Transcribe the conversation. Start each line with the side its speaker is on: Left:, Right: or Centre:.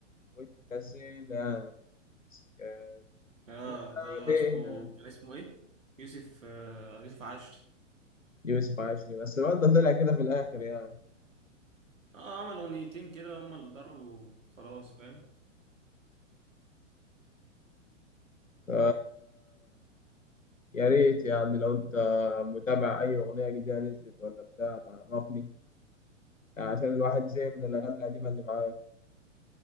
Left: واتنسينا مسكين
Right: اه
Left: علينا
Right: ده اللي هو اسمه كان اسمه ايه؟ يوسف آه، يوسف عاشور
Left: يوسف عاشري بس الواد ده طلع كده في الآخر يعني
Right: اه عمل اغنيتين كده هما اللي ضربوا خلاص فاهم
Left: ف يا ريت يعني لو أنت متابع أي أغنية جديدة نزلت ولا بتاع تعرفني عشان الواحد زهق من الأغاني القديمة اللي معاه